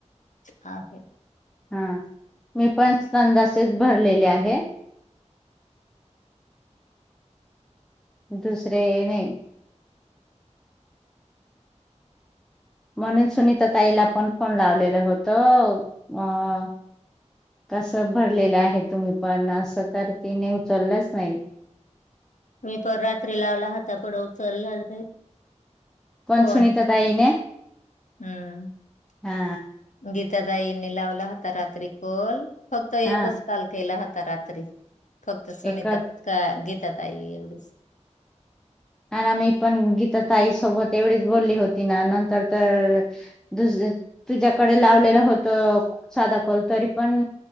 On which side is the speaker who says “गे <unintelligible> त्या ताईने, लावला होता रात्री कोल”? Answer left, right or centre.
Left